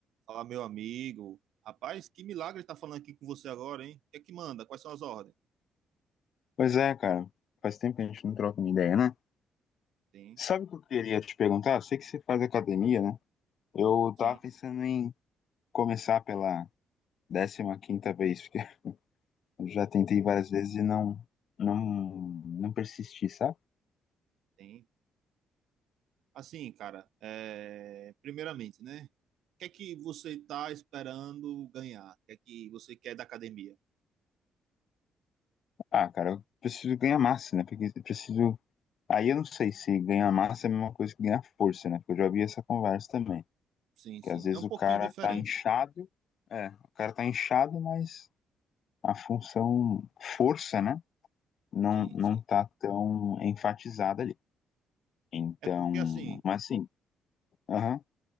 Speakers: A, on the right; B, on the left.
A: Fala, meu amigo. Rapaz, que milagre tá falando aqui com você agora, hein? O que é que manda? Quais são as ordens?
B: Pois é, cara. Faz tempo que a gente não troca uma ideia, né?
A: Tem,
B: Sabe o que eu queria te perguntar? Eu sei que você faz academia, né? Eu
A: tem,
B: tava pensando em começar pela décima quinta vez, porque <laughs> eu já
A: tem,
B: tentei
A: tem.
B: várias vezes e não, não, não persisti, sabe?
A: tem. Assim, cara, é, primeiramente, né? O que é que você tá esperando ganhar? O que é que você quer da academia?
B: Ah, cara, eu preciso ganhar massa, né? Porque eu preciso... Aí eu não sei se ganhar massa é a mesma coisa que ganhar força, né? Porque eu já vi essa conversa também.
A: Sim, sim.
B: Que às vezes
A: É um pouquinho
B: o cara
A: diferente.
B: tá inchado, é, o cara tá inchado, mas a função força, né? não,
A: Sim,
B: não
A: sim.
B: tá tão enfatizada ali. Então,
A: É porque assim,
B: mas sim, aham,